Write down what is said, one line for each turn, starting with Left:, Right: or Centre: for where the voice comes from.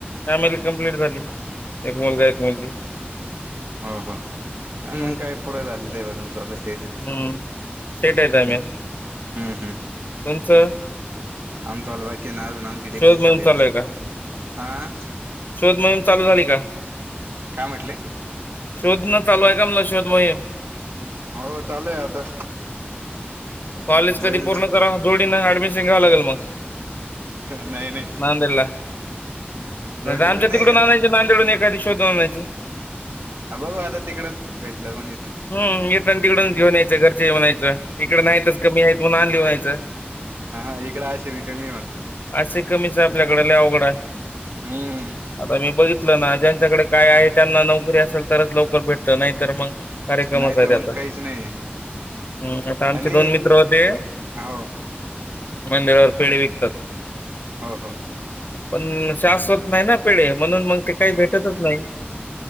Left: फॅमिली कंप्लीट झाली, एक मुलगा, एक मुलगी.
Right: हव का?
Left: हम्म
Right: मग काय पुरे झालेलं आहे बा तुमच आता सेठ. हम्,
Left: हम्म सेट आहेत आम्ही
Right: हम्म, हम्म.
Left: तुमचं
Right: आमचं अजून बाकी ना, अजून आमची डिग्री
Left: शोध
Right: चालुहे
Left: मोहीम चालू
Right: ना.
Left: आहे का
Right: आ
Left: शोध मोहीम चालू झाली का?
Right: का म्हटले?
Left: शोधणं चालू आहे का म्हल शोध मोहीम?
Right: हाव चालूय आता,
Left: कॉलेज
Right: होईल
Left: कधी पूर्ण
Right: ना.
Left: करा जोडीनं अँडमिशन घ्याव लागलं मग.
Right: नाही नाही.
Left: नांदेडला
Right: जोडीनं
Left: नाही त आमच्या तिकडून
Right: आहे
Left: आणायचे,
Right: ना
Left: नांदेडून एखादी शोधून आणायची.
Right: हा बघू आता तिकडच, भेटलं मग इथं.
Left: हम्, येताना तिकडून घेऊन यायचं, घरचे घेऊन यायचं. इकड नाहीतच कमी आहेत, म्हणून आणली म्हणायचं.
Right: हा इकडं अशी बी कमी म्हणा
Left: असे कमीच हाय आपल्याकडं, लई अवघड हाय.
Right: हम्म.
Left: आता मी बघितलं ना, ज्यांच्याकडे काय आहे, त्यांना नोकरी असेल तरच लवकर भेटत, नाही तर मग कार्यक्रमचा
Right: नाही
Left: आहे
Right: तर मग
Left: त्याचा.
Right: काहीच नाही
Left: हम् आता आमचे
Right: आणि
Left: दोन मित्र होते
Right: हो
Left: मंदिरावर पेढे विकतात.
Right: हो.
Left: पण शाशवत नाही ना पेडे, म्हणून मग ते काही भेटतच नाही.